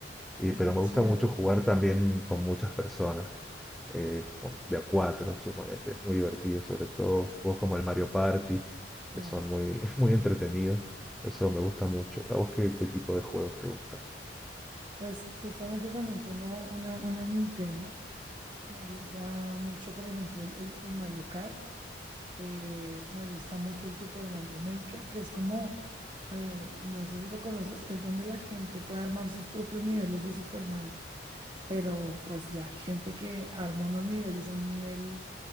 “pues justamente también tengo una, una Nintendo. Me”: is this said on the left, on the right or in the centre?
Right